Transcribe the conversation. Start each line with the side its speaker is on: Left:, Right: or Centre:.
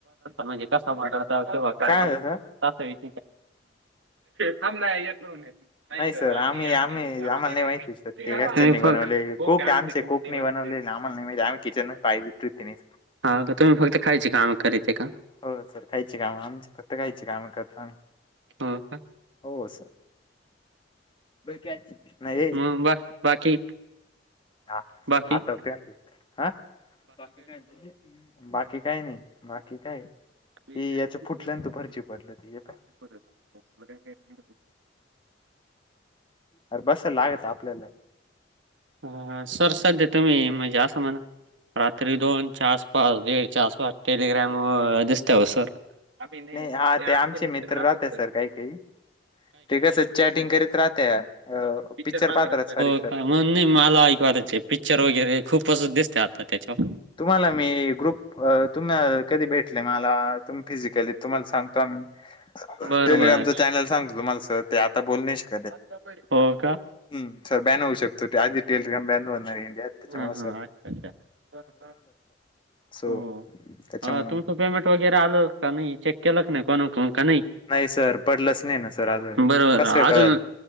Right: म्हणजे कस मट तेघ काही
Left: काय सर
Right: थांब नाही
Left: नाही
Right: सर आम्ही
Left: आम्ही आम्हाला नाही
Right: माहिती
Left: सर ते घरच्यांनी
Right: खूप
Left: बनवले कोक
Right: आमचे कुणी
Left: कोकणी
Right: वज
Left: बनवलेले आम्हाला नाही माहिती आम्ही किचन पाय बी धुत नाही.
Right: हा तुम्ही फक्त खायची काम करीत आहे का
Left: हो सर काहीची काम आमच फक्त काहीची काम करता
Right: होा का
Left: हो सर नाही
Right: मग बा बाकी
Left: हा
Right: बाकी
Left: ह ते हा बाकी काय बाकी काय नाही बाकी काय
Right: ते
Left: ती
Right: याच
Left: याच्या
Right: खूप
Left: फुटलं आणि
Right: त
Left: तू भरची पडलं ती हे पाय,
Right: काययच
Left: अरे बस लागत आपल्याला
Right: ह सर सध्या तुम्ही म्हणजे असं म्हणा रात्री दोनच्या आसपास दीडच्या आसपास टेलिग्रॅम दिसत हो सर आम्ही नाही
Left: हा ते
Right: आमचे म
Left: मित्र
Right: राटव
Left: राहते सर काही काही ते कसं चॅटिंग करीत राहते पिक्चर
Right: ्
Left: पाहत सॉरी
Right: मग
Left: सर
Right: नाही मला ऐकवायचे पिक्चर वगैरे खूपच दिसत त्याच्या
Left: तुम्हाला मी ग्रुप अ तुमला कधी भेटले मला तुम्ही फिजिकली तुम्हाला सांगतो आम्ही
Right: बरं,
Left: टेलिग्रामचचा
Right: बरं.
Left: चॅनल सांगतो तुम्हाला स ते आता बोलणे शक
Right: आ हो का
Left: हम् सर बॅन हवऊ शकत आित्यल का बॅ बणार चच्या
Right: हां,
Left: मर
Right: हां. अच्छा अच्छा
Left: सो
Right: हो
Left: त्याच्यामुळं
Right: तुमचं पेमेंट वगैरे आलं का नाही चेक केलक नाही कोण कोण का नाही
Left: सर पडलंच नाही ना सर अजून
Right: बरोबर
Left: कसं
Right: आजून
Left: काय कळल